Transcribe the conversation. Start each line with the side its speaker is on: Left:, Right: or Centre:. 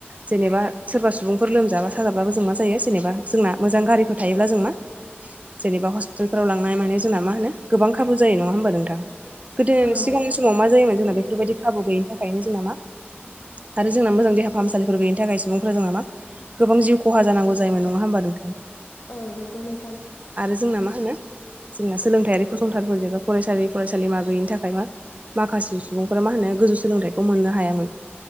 Right: जेनेबा सोरबा सुबुंफोर लोमजाबा साजाब्लाो जों मा जायो जेनेबा जोंना मोजां गारिफोर थायोब्ला जों मा जेनेबा हस्पिटालफोराव लांनाय माने जोंना मा होनो गोबां खाबु जायो नङा होमबा नोंथां गोदोनि
Left: औ
Right: सिगांङाव बे समाव मा जायोमोन जोंना बेफोरबायदि खाबु गोयैनि थाखायनो जोंना मा
Left: <unintelligible>
Right: आरो जोंना मोजां देहा फाहामसालिफोर गैयनि थाखाय सुबुंफोरा जोंना मा गोबां जिउ खहा जानांगौ जायोमोन नङा होमबा नोंथां
Left: औ नंगौ नोंथां
Right: आरो जोंना मा होनो जोंना सोलोंथायाइयारि फसंथानफोर जेबा फरायसालि फरायसालि मा गैयिनि थाखाय मा माखासे सुबुंफोरा मा होनो गोजौ सोलोंथाइखौ मोननो हायामोन